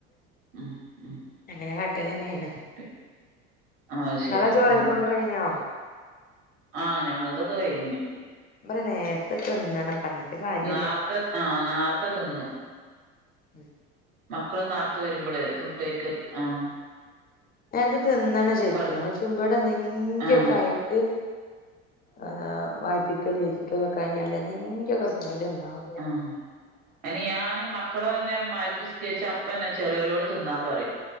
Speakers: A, on the right; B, on the left.
A: ഉം ഉം
B: <unintelligible> കട്ടില് തന്നെയാണ്
A: <unintelligible> ആഹ്
B: നിങ്ങളെ
A: ശരി
B: ജോലിയൊക്കെ
A: ആഹ്
B: കഴിഞ്ഞോ
A: ആഹ് ഞങ്ങളതൊക്കെ കഴിഞ്ഞ്
B: <unintelligible> നേരത്തെ തിന്നണം പറഞ്ഞിട്ട് കാര്യം
A: നാർത്തെ
B: ഇല്ല
A: ആഹ് നേർത്തെ തിന്നു
B: ഉം
A: മക്കള് നേർത്തെ വരുമ്പോളേ ഫുഡ് വക്കൽ ആഹ്
B: നേരത്തെ തിന്നാണ് ശരിക്കും
A: കട്
B: പക്ഷെ ഇവിടെ എന്തെങ്കിലും
A: ആഹ്
B: ഒക്കെ ആയിട്ട് ആഹ് വായ്പിക്കലും എഴുതിക്കലും ഒക്കെ കഴിയാണ്ട് എന്തേങ്കിലോക്കെ ഉണ്ടാവും
A: ആഹ് അതിന് ഞാന് മക്കളെ <unintelligible> അപ്പന്നെ ചെറിയലോട് തിന്നാൻ പറയും